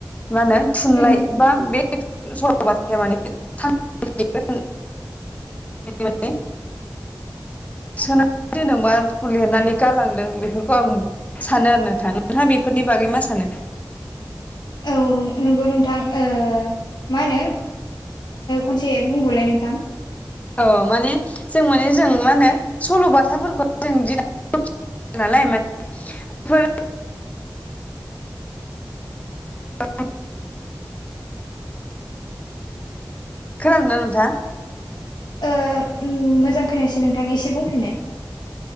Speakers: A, on the left (about 20°); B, on the left (about 70°).
A: मा होनो थुनलाइ
B: उम
A: बा बे सलबाथाया माने बेफोरनि माने सोनानै दोनदोंबा लिरनानै गालांदों बेफोरखौ आं सानो आरो नोंथां नोंथाङा बेफोरनि बागै मा सानो।
B: औ नोंगौ नोंथां ओ मा होनो खनसे बुंबावलाय नोंथां।
A: औ माने जों माने जों मा होनो सल' बाथाफोरखौ जों नालाय माने फोर <unintelligible> खोनादोंना नोंथां?
B: ओ मोजां खोनायासै नोंथां एसे बुंफिननाय।